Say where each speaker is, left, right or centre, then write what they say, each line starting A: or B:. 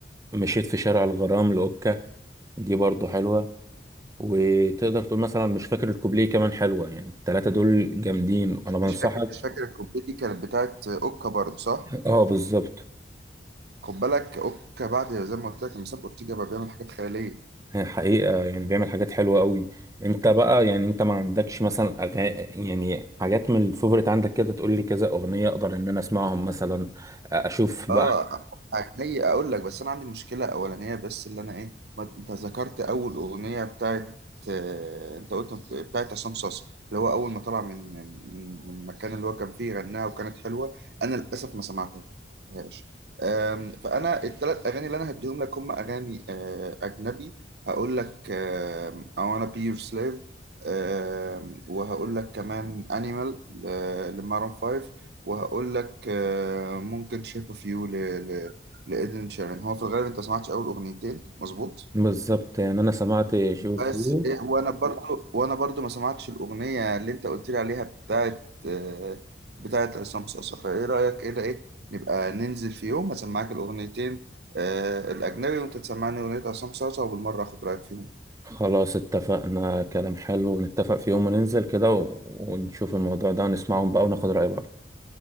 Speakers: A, on the right; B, on the right.
A: مشيت في شارع الغرام لأوكا دي برضو حلوة وتقدر تقول مثلا مش فاكر الكوبليه كمان حلوة يعني التلاتة دول جامدين أنا بنصحك
B: مش فاكر مش فاكر الكوبليه دي كانت بتاعت اوكا برضه صح
A: اه بالظبط
B: خد بالك اوكا بعد زي ما قلت لك لما ساب اورتيجا بقى بيعمل حاجات خيالية
A: هي حقيقة يعني بيعمل حاجات حلوة قوي انت بقى يعني انت ما عندكش مثلا أغا... يعني حاجات من الفيفوريت عندك كده تقول لي كذا اغنية اقدر ان انا اسمعهم مثلا اشوف
B: اه
A: بقى
B: عينيا اقول لك بس انا عندي مشكله اولانيه بس اللي انا ايه ما انت ذكرت اول اغنيه بتاعت آه، انت قلت بتاعت عصام صاصا اللي هو اول ما طلع من من من المكان اللي هو كان فيه غناها وكانت حلوه انا للاسف ما سمعتهاش آم، فانا الثلاث اغاني اللي انا هديهم لك هم اغاني آه، اجنبي هقول لك آم، I wanna be your slave آم، وهقول لك كمان animal ل- لمارون 5 وهقول لك آه، ممكن شيب اوف يو ل... ل... لإيدن شيران هو في الغالب انت ما سمعتش اول اغنيتين مظبوط
A: بالظبط يعني انا سمعت شوف
B: بس
A: يو
B: إيه، وانا برضو وانا برضو ما سمعتش الاغنيه اللي انت قلت لي عليها بتاعت آه، بتاعت عصام صاصا فايه رايك ايه ده ايه نبقى ننزل في يوم اسمعك الاغنيتين آه، الاجنبي وانت تسمعني اغنيه عصام صاصا وبالمره اخد رايك فيهم
A: خلاص اتفقنا كلام حلو نتفق في يوم وننزل كده و... ونشوف الموضوع ده ونسمعهم بقى وناخد رأي بعض